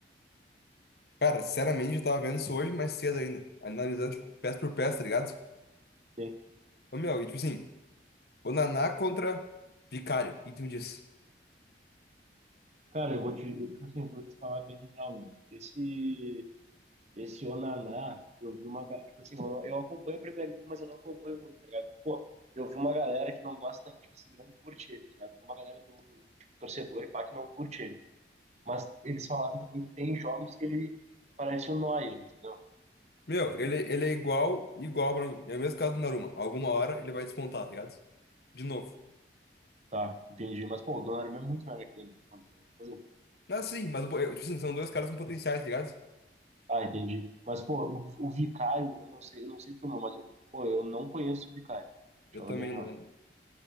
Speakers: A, on the left; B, on the right.
A: Cara, sinceramente, eu tava vendo isso hoje mais cedo ainda. Analisando, tipo, peça por peça, tá ligado?
B: tem?
A: Ô, meu, e tipo assim, o Naná contra Vicário. O que tu me diz?
B: Cara, eu vou te, tipo assim, eu vou te falar bem real, meu. Esse, Esse Onaná, eu vi uma. ga- Tipo assim, eu, não- eu acompanho a Premier League, mas eu não acompanho muito, tá ligado? Pô, eu vi uma galera que não gosta, tipo assim, não curte ele, tá ligado? Eu vi Uma galera do torcedor e pá que não curte ele. Mas eles falaram também que tem jogos que ele parece um Neuer, entendeu?
A: Meu, ele, ele é igual, igual pra mim. É o mesmo caso do Naruma. Alguma hora ele vai despontar, tá ligado? De novo.
B: Tá, entendi. Mas, pô, o Donnarumma é muito melhor que ele. pô, não tem o que fazer.
A: Não, sim, mas, eu- eu, tipo assim, são dois caras com potenciais, tá ligado?
B: Ah, entendi. Mas, pô, o, o Vicário, eu não sei, eu não sei tu, meu, mas, eu- pô, eu não conheço o Vicário. Deixa
A: Eu
B: eu
A: também
B: falar bem real.
A: não, meu.